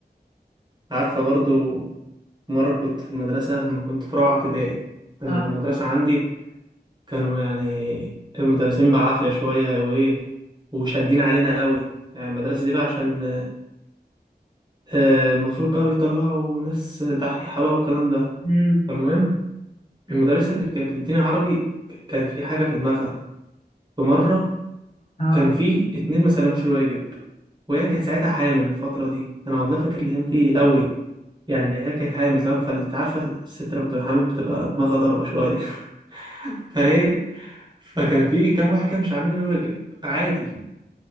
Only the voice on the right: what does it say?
عارفه برضو مره كنت في المدرسه لما كنت في رابعه ابتدائي انا
المدرسه عندي كانوا يعني المدرسين بعافيه شويه وايه وشادين علينا قوي يعني المدرسه دي بقى عشان آه، المفروض بقى بيطلعوا ناس دحيحه بقى والكلام ده
فالمهم المدرسة اللي كانت بتديني عربي كان في حاجة في دماغها في مرة
كان في اتنين ما سلموش الواجب وهي كانت ساعتها حامل الفترة دي أنا والله فاكر الأيام دي قوي يعني هي كانت حامل تمام فأنت عارفة الست لما بتبقى حامل بتبقى دماغها ضاربة شوية <laughs> فإيه فكان في كام واحد كده مش عاملين الواجب عادي